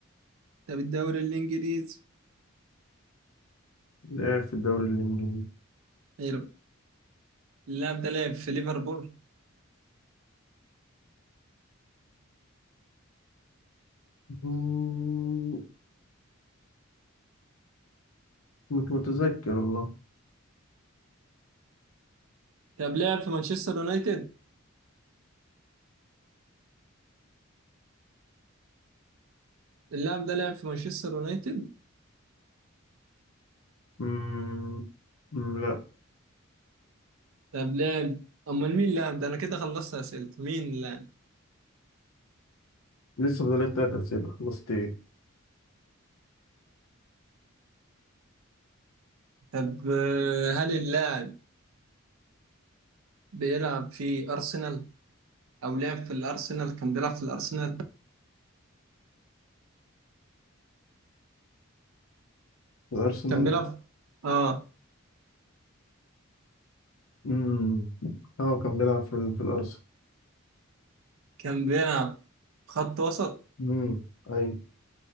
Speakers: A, on the right; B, on the left.
A: طب الدوري الإنجليزي
B: لعب في الدوري الانجليزي
A: حلو. اللاعب ده لعب في ليفربول
B: مم، مش متذكر والله
A: طب لعب في مانشستر يونايتد اللاعب ده لعب في مانشستر يونايتد
B: مم، مم، لا
A: طب لعب امال مين اللاعب ده انا كده خلصت اسئلتي مين اللاعب
B: لسه فاضلك تلات أسئلة خلصت إيه؟
A: طب آه، هل اللاعب بيلعب في ارسنال او لعب في الارسنال كان بيلعب في الارسنال
B: الأرسنال
A: كان بيلعب اه
B: مم. هو كان بيلعب في, ال- في الأرسنال
A: كان بيلعب خط وسط
B: مم. أيوة